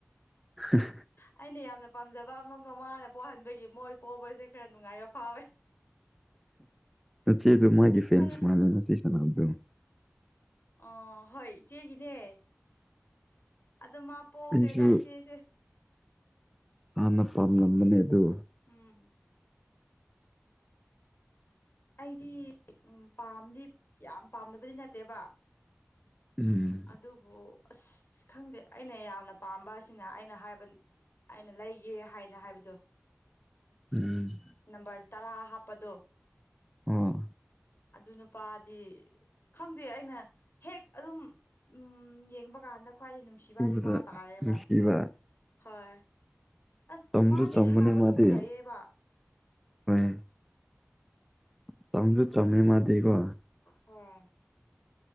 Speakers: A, in the centre; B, on the left.
A: <unintelligible>
B: ꯑꯩꯅ ꯌꯥꯝꯅ ꯄꯥꯝꯖꯕ ꯑꯃꯒ ꯃꯉꯥꯅ ꯄꯣꯛꯍꯟꯕꯒꯤ ꯃꯣꯏ ꯄꯣꯛꯕꯁꯦ ꯈꯔ ꯅꯨꯡꯉꯥꯏꯕ ꯐꯥꯎꯋꯦ꯫
A: ꯆꯦ ꯑꯗꯨ ꯃꯥꯒꯤ ꯐꯦꯟꯁ
B: ꯈꯪꯉ
A: ꯃꯥꯂꯦꯅ ꯆꯁꯅꯕꯗꯣ꯫
B: ꯑ ꯍꯣꯏ ꯏꯆꯦꯒꯤꯅꯦ꯫ ꯑꯗꯨ ꯃꯥ ꯄꯣꯛꯈ꯭ꯔꯦꯗ
A: ꯑꯩꯁꯨ
B: ꯏꯆꯦꯁꯦ꯫
A: ꯍꯥꯟꯅ ꯄꯥꯝꯂꯝꯕꯅꯦ ꯑꯗꯨ
B: ꯎꯝ ꯑꯩꯗꯤ ꯎꯝ ꯄꯥꯝꯗꯤ ꯌꯥꯝ ꯄꯥꯝꯗꯕꯗꯤ ꯅꯠꯇꯦꯕ꯫
A: ꯎꯝ꯫
B: ꯑꯗꯨꯕꯨ ꯑꯁ ꯈꯪꯗꯦ ꯑꯩꯅ ꯌꯥꯝꯅ ꯄꯥꯝꯕ ꯑꯁꯤꯅ ꯑꯩꯅ ꯍꯥꯏꯕ ꯑꯩꯅ ꯂꯩꯒꯦ ꯍꯥꯏꯅ ꯍꯥꯏꯕꯗꯣ꯫
A: <unintelligible>
B: ꯅꯝꯕꯔ ꯇꯔꯥ ꯍꯥꯞꯄꯗꯣ꯫
A: ꯑꯣ꯫
B: ꯑꯗꯨ ꯅꯨꯄꯥꯗꯤ ꯈꯪꯗꯦ ꯑꯩꯅ ꯍꯦꯛ ꯑꯗꯨꯝ ꯎꯝ ꯌꯦꯡꯕ ꯀꯥꯟꯗ ꯈ꯭ꯋꯥꯏꯗꯩ ꯅꯨꯡꯁꯤꯕ
A: ꯎꯕꯗ
B: ꯍꯥꯏꯁꯦ ꯃꯥ ꯇꯥꯔꯦꯕ
A: ꯅꯨꯡꯁꯤꯕ
B: ꯍꯣꯏ꯫ ꯑ
A: ꯆꯝꯁꯨ
B: ꯃꯥꯒꯤ
A: ꯆꯝꯕꯅꯦ
B: ꯁꯥꯟꯅꯕꯁꯨ
A: ꯃꯥꯗꯤ꯫
B: ꯐꯖꯩꯌꯦꯕ
A: ꯍꯣꯏ ꯆꯝꯁꯨ ꯆꯝꯃꯦ ꯃꯥꯗꯤꯀꯣ꯫
B: ꯍꯣꯏ꯫